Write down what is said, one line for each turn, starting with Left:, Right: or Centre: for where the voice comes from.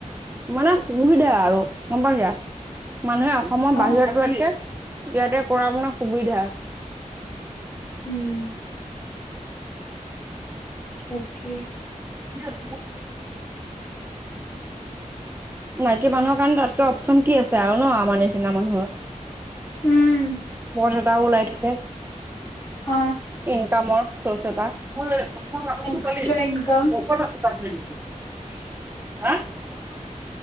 Right: মানে সুবিধা আৰু, গম পাইসা মানুহে অসমৰ
Left: অ
Right: বাহিৰত এনেকে ইয়াতে কৰা মানে সুবিধা
Left: উম তাকে।
Right: <unintelligible> মাইকী মানুহৰ কাৰণে তাতকৈ অপচন কি আছে আৰু ন আমাৰ নিচিনা মানুহৰ।
Left: উম
Right: পথ এটা ওলায় থাকে
Left: অ
Right: ইনকামৰ
Left: এক্সট্ৰা ইনকাম
Right: <unintelligible> <unintelligible>